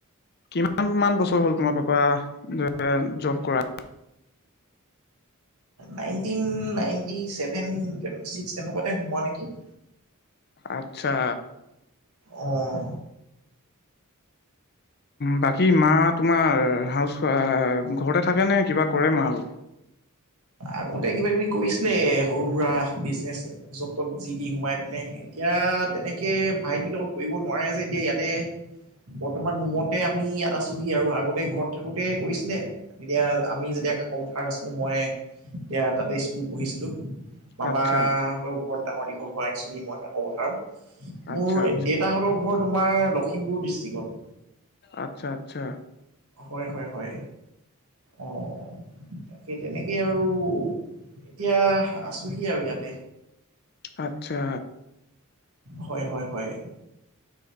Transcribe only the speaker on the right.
নাইন্তিন নাইন্তি চেভেন তেনেকুৱাতে সোমোৱা নেকি
অঁ
আগতে কিবা কিবি কৰিছিলে সৰু সুৰা বিজনেচ য'ত ত'ত যি দি সোমাই পিনে এতিয়া তেনেকে ভাইটিৰ লগত কৰিব নোৱাৰে যে এতিয়া ইয়াতে বৰ্তমান ৰুমতে আমি ইয়াত আছোহি আৰু আগতে ঘৰত থাকোতে কৰিছিলে তেতিয়া আমি যেতিয়া কাকৌ কথ নাছিলো মই এতিয়া তাতে স্কুল পঢ়িছিলোঁ মামাহঁতক
ঘৰত ডাঙৰ দিঘল হোৱা একচুৱেলি মই কাকপথাৰত। মোৰ
দেতা হঁতৰ ঘৰত তোমাৰ লখিমপুৰ ডিষ্ট্ৰিক্টত।
হয় হয় হয়। অ', তাকে তেনেকেই আৰু এতিয়া আছোঁহি আৰু ইয়াতে।
হয় হয় হয়।